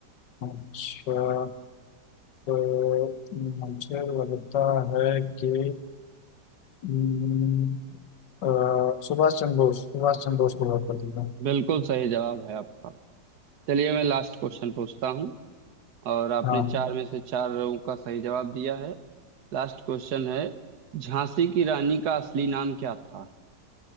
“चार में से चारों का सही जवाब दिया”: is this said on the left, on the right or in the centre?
Right